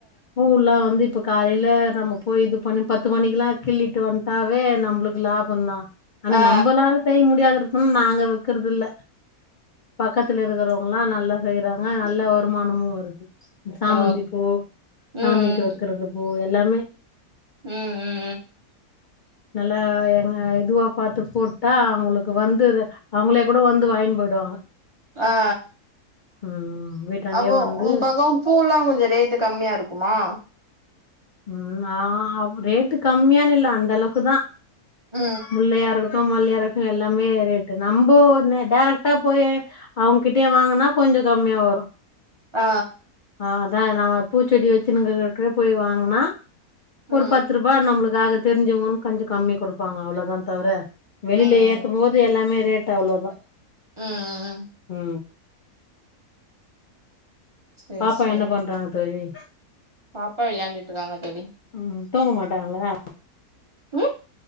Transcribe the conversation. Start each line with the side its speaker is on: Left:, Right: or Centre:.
Left: பூவ்லா வந்து இப்ப காலையல நம்ம போய்ட்டு இது பண்ணி பத்து மணிக்கொல்லா கிள்ளிட்டு வந்துட்டாவே நம்மளுக்கு லாபோ தா ஆனா
Right: ஆ
Left: நம்மளால செய்ய முடியாதுருக்குனு நாங்க வைக்கிறது இல்ல பக்கத்துல இருக்குறோ நல்லா செய்றாங்க நல்ல
Right: ஆ
Left: வருமானமு வருது சாமந்திப்பூ
Right: ஓ ம்
Left: சாமிக்கு வைக்கிறது பூ எல்லாமே
Right: உ உ
Left: நல்லா எங் இதுவா பாத்து போட்டா அவுங்களுக்கு வந்து அவுங்களே கூட வந்து வாங்கிட்டு போயிடுவாங்க
Right: ஆ
Left: ம் வீட்டாண்டே
Right: அப்போ
Left: வந்து
Right: உங்க பக்கம் பூல்லா கொஞ்சோ ரேட்டு கம்மியா இருக்குமா
Left: உ ஆ ரேட்டு கம்மியானு இல்ல அந்த அளவுக்கு தா
Right: உ
Left: முல்லையா இருக்கட்டு மல்லியா இருக்கட்டு எல்லாமே ரேட்டு நம்போ டேரக்ட்டா போயி அவுங்க கிட்டயே வாங்குனா கொஞ்சோ கம்மியா வரு
Right: ஆ
Left: ஆ அதா தான் பூச்செடி வச்சுங்கினு இருக்கவங்கட போய் வாங்குனா ஒரு
Right: ம்
Left: பத்து ரூபா வா நம்மளுக்காக தெரிஞ்சவங்கன்னுகொஞ்சோ கம்மி கொடுப்பாங்க தவிர அவ்வளோதா தவிர வெளில
Right: ம்
Left: ஏதும் போது எல்லாமே
Right: ம்
Left: ரேட் அவ்வளோதா
Right: ம்
Left: உ
Right: சேரி
Left: பாப்பா
Right: சேரி
Left: என்ன பண்றாங்க தோழி
Right: பாப்பா விளாண்டுட்டு இருக்காங்க தோழி
Left: உ தூங்க மாட்டாங்களா
Right: ஆஹ